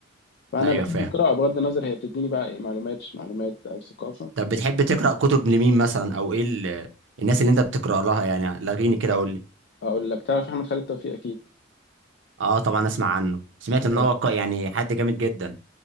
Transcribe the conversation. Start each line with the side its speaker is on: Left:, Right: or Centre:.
Left: فانا
Right: ايوه
Left: بحب
Right: فاهم
Left: القراءه بغض النظر هي بتديني بقى ايه معلومات مش معلومات او ثقافه
Right: طب بتحب تقرا كتب لمين مثلا او ايه ال- الناس اللي انت بتقرا لها يعني لغيني كده قول لي
Left: اقول لك تعرف احمد خالد توفيق اكيد
Right: اه طبعا اسمع عنه سمعت ان
Left: ايوه
Right: هو ق- يعني حد جامد جدا